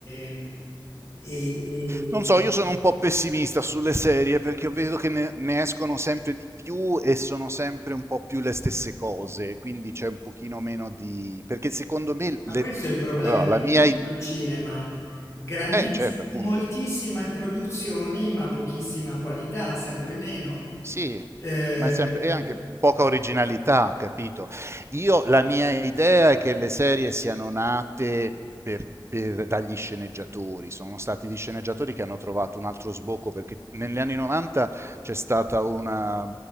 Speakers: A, on the left; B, on the right.
A: ehm, E, e-
B: Non so, io sono un po' pessimista sulle serie perché vedo che ne, ne escono sempre di più e sono sempre un po' più le stesse cose, quindi c'è un pochino meno di... perché secondo me le-
A: Ma questo è il problema
B: allora,
A: di
B: la mia
A: tutto
B: idea...
A: il cinema. Grandissime,
B: Eh certo, appunto.
A: moltissime produzioni, ma pochissima qualità, sempre meno.
B: Sì,
A: Eh,
B: ma è sempre, e anche poca originalità, capito? Io, la mia idea è che le serie siano nate per- per- dagli sceneggiatori, sono stati gli sceneggiatori che hanno trovato un altro sbocco, perché negli anni 90 c'è stata una,